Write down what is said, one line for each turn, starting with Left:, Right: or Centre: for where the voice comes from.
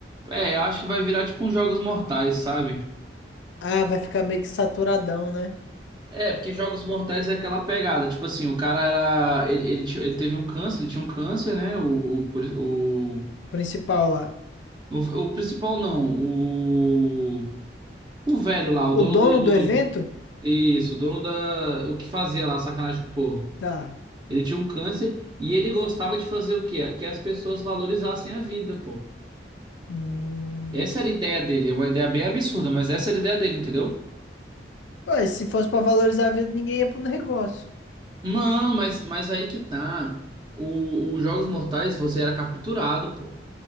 Right: É, eu acho que vai virar tipo uns Jogos Mortais, sabe?
Left: Ah, vai ficar meio que saturadão, né?
Right: É, porque Jogos Mortais é aquela pegada, tipo assim, o cara era. Ele, ele, tinha- ele teve um câncer, ele tinha um câncer, né? O, o, pri- o,
Left: O principal lá.
Right: o, o principal não, o. O velho lá, o
Left: O
Right: dono
Left: dono
Right: do,
Left: do
Right: do.
Left: evento?
Right: Isso, o dono da. O que fazia lá, sacanagem com o povo.
Left: Tá.
Right: Ele tinha um câncer e ele gostava de fazer o quê? Que as pessoas valorizassem a vida, pô.
Left: Hum.
Right: Essa era a ideia dele, é uma ideia bem absurda, mas essa era a ideia dele, entendeu?
Left: Ué, se fosse pra valorizar a vida, ninguém ia pro negócio.
Right: Não, mas, mas aí que tá. O, o Jogos Mortais, você era capturado, pô.